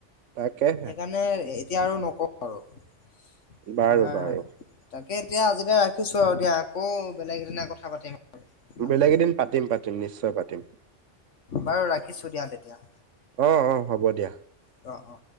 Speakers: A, on the right; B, on the left.
A: তাকেহে
B: সেইকাৰণে, এতিয়া আৰু নকওঁ আৰু তোমাৰ
A: বাৰু বাৰু
B: তাকে, এতিয়া আজিলৈ ৰাখিছো আৰু দিয়া, আকৌ বেলেগ এদিনা কথা পাতিম। ভালকে
A: বেলেগ এদিন পাতিম-পাতিম, নিশ্চয় পাতিম।
B: বাৰু ৰাখিছো দিয়া তেতিয়া।
A: অ, অ, হ'ব দিয়া।
B: অ, অ।